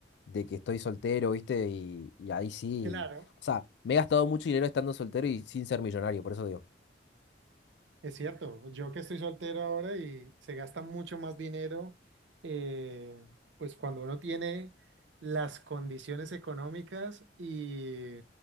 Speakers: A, on the left; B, on the right.
A: de que estoy soltero, ¿viste? Y, y ahí sí.
B: Claro,
A: O sea, me he gastado mucho dinero estando soltero y sin ser millonario, por eso digo.
B: es cierto. Yo que estoy soltero ahora y se gasta mucho más dinero, eh, pues cuando uno tiene las condiciones económicas y,